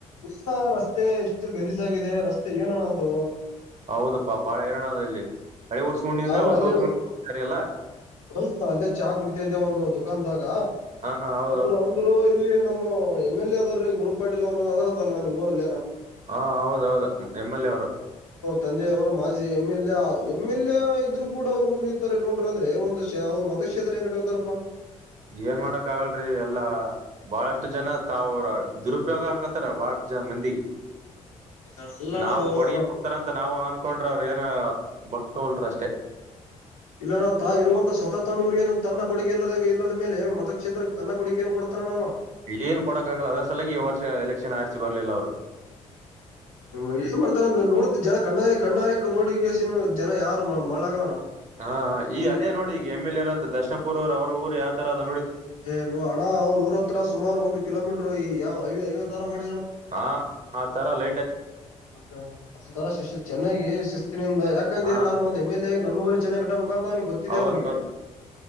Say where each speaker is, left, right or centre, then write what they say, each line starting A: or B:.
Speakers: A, on the left; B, on the right.
A: ಇಸ್ತಾ ರಸ್ ತೆ ಎಷ್ಟು ಗಲೀಜಾಗಿದೆ ರಸ್ತೆ ಏನಣ ಅದು
B: ಹೌದಪ್ಪಾ ಬಾಳ ಹೈರಣದ ಇಲ್ಲಿ ಹಳೆ ಊರ್ಸ್ಕೊಂಡಿಂದ
A: ನಾನು
B: ಹೊಸ
A: ಅಲ್ಲಿ
B: ಊರ್ಸ್ಕೊಂಡಿ ಎಲ್ಲ
A: ಹ ಅಲ್ಲೇ ಚಾ ಕುಡಿತಾ ಇದ್ದೆ ಒಂದು ದುಖಾನ್ದಾಗ
B: ಹಾ ಹೌದೌದು
A: ಒಬ್ರು ಅಂದ್ರು ಇಲ್ಲಿ ನಮ್ಮ ಎಂ ಎಲ್ ಎ ಅದಾರ್ರೀ ಗುರು ಪಾಟೀಲ್ ಅವರು ಅದರಂತ್ ಅಲ್ಲಣ್ಣ ನಿಮ್ಮೂರಲ್ಲಿ ಏನೋ
B: ಹಾ ಹೌದೌದು ಎಮ್ ಎಲ್ ಎ ಅವ್ರು
A: ತಂದೆಯವ್ರು ಮಾಜಿ ಎಂ ಎಲ್ ಆ ಎಮ್ ಎಲ್ ಎ ಇದ್ರು ಕೂಡ ಅವ್ರುರ್ ಈ ತರ ಇಟ್ಕೊಂಡ್ರು ಅಂದ್ರೆ ಒಂದು ಷ್ ಅರ್ವ್ ಮತಕ್ಷೇತ್ರ ಏನಿಟ್ಕತಾರಪ್ಪ
B: <inaudible> ಏನ್ ಮಾಡಕ್ ಆಗಲ್ರಿ ಎಲ್ಲಾ ಬಹಳಷ್ಟು ಜನ ತಾವ್ ರ ದುರುಪ್ಯೋಗ ಆಗಾಕತ್ತಾರ ಬಾಳಷ್ಟ್ ಜ ಮಂದಿಗೆ
A: ಅಲ್ಲಣದು
B: ನಾವ್ ಕೊಡುಗೆ ಕೊಡ್ತಾರ ಅಂತ ನಾವು ಅನ್ಕೊಂಡ್ರ ಅವ್ರೇನೋ ಬಳಸ್ಕವಲ್ರು ಅಷ್ಟೇ
A: ಇಲ್ಲಣ್ಣ ತಾ ಇರುವಂತ ಸ್ವತಃ ತನ್ನ ಊರಿಗೆ ತನ್ನ ಕೊಡುಗೆ ಇಲ್ಲದ ಇಲ್ಲದ ಮೇಲೆ ಮತಕ್ಷ್ಷೇತ್ರಕ್ಕೆ ತನ್ನ ಕೊುಗ ನ್ ಕೊಡ್ತಾರ ನಾವು
B: ಏನ್ ಕೊಡಕ್ ಆಗಲ್ಲ ಅದ್ರ ಸಲಾಗಿ ಈ ವರ್ಷ ಎಲೆಕ್ಷನ್ ಆರ್ಚಿ ಬರ್ಲಿಲ್ಲ ಅವ್ರು
A: ಏನ್ ಮಾಡ್ತಾರ ನೋಡ ಜನ ಕಣ್ಣ ಕಣ್ಣಾರಕ್ ನೋಡಸ ಜನ ಯಾರು ಎಳ್ಳಾಗಗಳೋಣ
B: ಹಾ ಈ ಅದೇ ನೋಡಿ ಈಗ ಎಮ ಎಲ್ ಎ ಇರೋ ಅಂತ ದರ್ನಪುರ್ ಅವ್ ಅವ್ರ ಊರ ಯಾವ ತರದ
A: ಏನುೋ ಅಣ್ಣ ಅವ್ರ ೂರ ಹತ್ರ ಸುಮಾರ ಒಂದು ಕಿಲೋಮೀಟ್ರ ಯಾವಐ ಐವ್ಯ ತರ ಮಾಡ
B: ಹಾ ಹ ತರಲ್ಲ
A: ಮತ್ತೆ ಆ ತರ ಶು ಚೆನ್ನಾಗಿ ಶಿಸ್ತಿನಿಂದ ಯಾಕಂದೆ
B: ಹಾ
A: ನಾನು ಒಂದ ಎಮ್ ಎಲ್ ಎ ನಲ್ಲ ಊರಿ ಚೆನ್ನಾಗ ಇಟ್ಟಬೇಕಂತ ಅವನಿಗೆ ಗೊತ್ತಿದೆ
B: ಹೌದು
A: ಅವಿಗೆ
B: ಹೌದು.